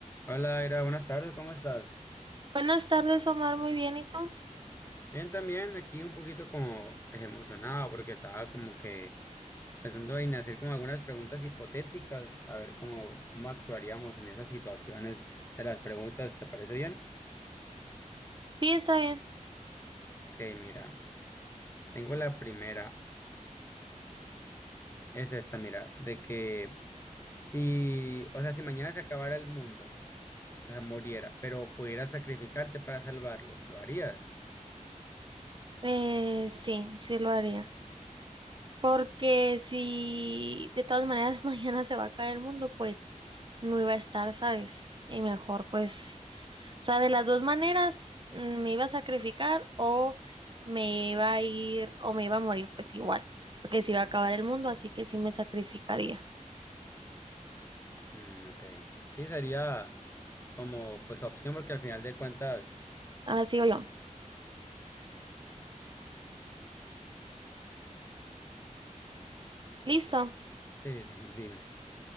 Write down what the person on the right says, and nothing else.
Buenas tardes, Omar. Muy bien, ¿y tú?
Sí, está bien.
Eh, sí, sí lo haría. Porque si de todas maneras <laughs> mañana se va a caer el mundo, pues no iba a estar, ¿sabes? Y mejor, pues, o sea, de las dos maneras, mm, me iba a sacrificar o me iba a ir o me iba a morir, pues igual, porque se iba a acabar el mundo, así que sí me sacrificaría.
Ahora sigo yo. Listo.